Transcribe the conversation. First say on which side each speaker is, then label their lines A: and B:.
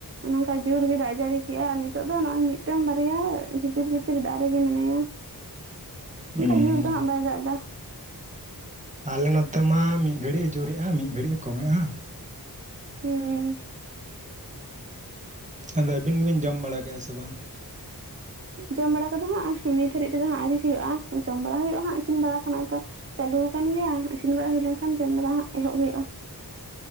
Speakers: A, on the right; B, on the right.
A: ᱱᱚᱝᱠᱟ ᱡᱳᱨ ᱜᱮ ᱫᱟᱜ ᱡᱟᱹᱲᱤ ᱠᱮᱜᱼᱟ ᱱᱤᱛᱚᱜ ᱫᱚ ᱱᱚᱜᱼᱚᱭ ᱢᱤᱫᱴᱟᱝ ᱵᱟᱨᱭᱟ ᱡᱷᱤᱯᱤᱨ-ᱡᱷᱤᱯᱤᱨ ᱫᱟᱜ ᱨᱮᱜᱮ ᱢᱮᱱᱟᱭᱟ᱾
B: ᱦᱩᱸ
A: ᱚᱱᱠᱟ ᱡᱳᱨ ᱫᱚ ᱦᱟᱸᱜ ᱵᱟᱭ ᱫᱟᱜ ᱫᱟ᱾
B: ᱟᱞᱮ ᱱᱚᱛᱮ ᱢᱟ ᱢᱤᱫ ᱜᱷᱟᱹᱲᱤᱡ ᱮ ᱡᱳᱨᱮᱫᱼᱟ ᱢᱤᱫ ᱜᱷᱟᱹᱲᱤᱡ ᱮ ᱠᱚᱢᱮᱜᱼᱟ᱾
A: ᱦᱩᱸ
B: ᱟᱫᱚ ᱟᱹᱵᱤᱱ ᱜᱮᱵᱤᱱ ᱡᱚᱢ ᱵᱟᱲᱟ ᱠᱮᱜᱼᱟ ᱥᱮ ᱵᱟᱝ?
A: ᱡᱚᱢ ᱵᱟᱲᱟ ᱠᱚᱫᱚ ᱦᱟᱸᱜ ᱱᱤᱛ ᱦᱟᱹᱨᱤᱡ ᱛᱮᱫᱚ ᱦᱟᱸᱜ ᱟᱹᱣᱨᱤ ᱦᱩᱭᱩᱜᱼᱟ, ᱡᱚᱢ ᱵᱟᱲᱟ ᱦᱩᱭᱩᱜᱼᱟ ᱦᱟᱸᱜ᱾ᱤᱥᱤᱱ ᱵᱟᱲᱟ ᱠᱷᱚᱱᱟᱜ ᱫᱚ ᱪᱟᱹᱞᱩ ᱟᱠᱟᱱ ᱜᱮᱭᱟ ᱤᱥᱤᱱ ᱵᱟᱲᱟ ᱦᱩᱭ ᱞᱮᱱᱠᱷᱟᱱ ᱡᱚᱢ ᱵᱟᱲᱟ ᱮᱦᱚᱵ ᱦᱩᱭᱩᱜᱼᱟ᱾